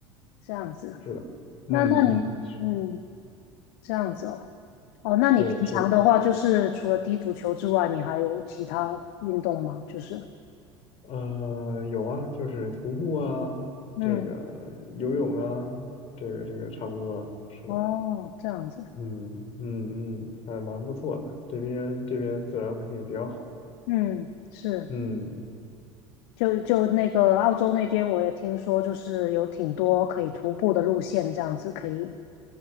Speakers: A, on the left; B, on the left.
A: 这样子？
B: 是的，嗯嗯，
A: 那那你嗯这样子哦哦，那你平常的话，
B: 对，是的，
A: 就是除了踢足球之外，你还有其他运动吗？就是
B: 呃，有啊，就是徒步啊，
A: 嗯，
B: 这个游泳啊，这个这个差不多了，是的。
A: 哦，这样子，
B: 嗯嗯嗯，还蛮不错的。这边这边自然环境也比较好。
A: 嗯是，
B: 嗯，
A: 就就那个澳洲那边，我也听说，就是有挺多可以徒步的路线，这样子可以